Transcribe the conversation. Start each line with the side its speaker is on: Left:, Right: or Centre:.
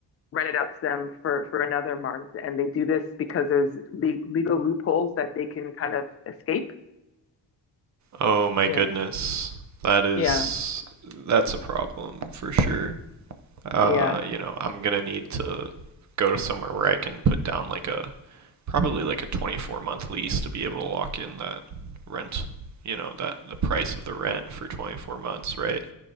Left: rent it out to them for for another month, and they do this because there's le- legal loopholes that they can kind of escape.
Right: Oh my
Left: Yeah,
Right: goodness. That is
Left: yeah,
Right: that's a problem for sure. uh,
Left: yeah.
Right: you know, I'm gonna need to go to somewhere where I can put down like a probably like a 24 month lease to be able to lock in that rent, you know, that the price of the rent for 24 months, right?